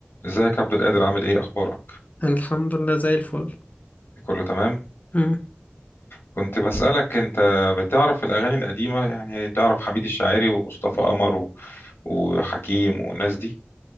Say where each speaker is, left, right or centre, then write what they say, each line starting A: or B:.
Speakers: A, on the left; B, on the left.
A: ازيك يا عبد القادر عامل ايه اخبارك
B: الحمد لله زي الفل
A: كله تمام
B: مم.
A: كنت بسألك انت بتعرف الاغاني القديمة يعني تعرف حميد الشاعري ومصطفى قمر و... وحكيم والناس دي